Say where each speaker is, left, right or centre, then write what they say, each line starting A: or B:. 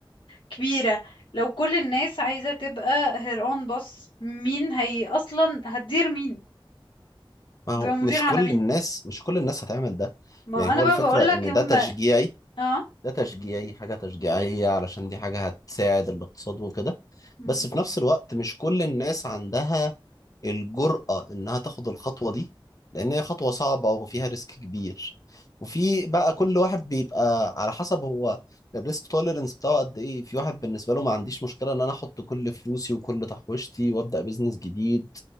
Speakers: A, on the left; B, on the left.
A: كبيرة لو كل الناس عايزة تبقى هير اون بص مين هي اصلا هتدير مين
B: ما
A: هتبقى
B: هو
A: مدير
B: مش
A: على
B: كل
A: مين
B: الناس مش كل الناس هتعمل ده
A: ما
B: يعني
A: انا
B: هو
A: بقى
B: الفكرة
A: بقول لك
B: ان
A: هم
B: ده تشجيعي
A: اه
B: ده تشجيعي حاجة تشجيعية علشان دي حاجة هتساعد الاقتصاد وكده
A: مم.
B: بس في نفس الوقت مش كل الناس عندها الجرأة إنها تاخد الخطوة دي لأن هي خطوة صعبة وفيها ريسك كبير وفي بقى كل واحد بيبقى على حسب هو الريسك توليرنس بتاعه قد إيه في واحد بالنسبة له ما عنديش مشكلة إن أنا أحط كل فلوسي وكل تحويشتي وأبدأ بيزنس جديد